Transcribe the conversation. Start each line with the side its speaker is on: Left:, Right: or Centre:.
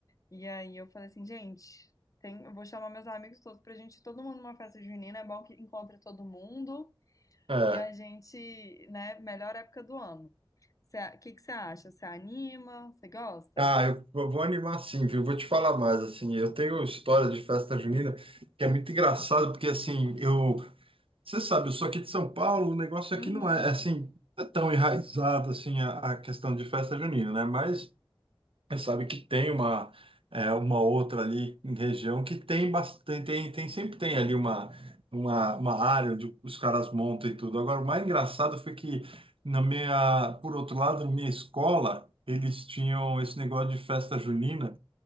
Left: E aí eu falei assim, gente, tem... eu vou chamar meus amigos todos pra gente ir todo mundo numa festa junina. É bom que encontre todo mundo.
Right: É.
Left: e a gente, né, melhor época do ano. O que que você acha? Você anima? Você gosta?
Right: Ah, eu, eu vou animar sim, viu? Vou te falar mais, assim, eu tenho história de festa junina que é muito engraçado, porque, assim, eu... Você sabe, eu sou aqui de São Paulo, o negócio
Left: Uhum.
Right: aqui não é, é, assim, não é tão enraizado, assim, a, a questão de festa junina, né? Mas Você sabe que tem uma, é, uma outra ali em região que tem bastante, tem, tem- sempre tem ali uma, uma, uma área onde os caras montam e tudo. Agora, o mais engraçado foi que na minha, por outro lado, na minha escola, eles tinham esse negócio de festa junina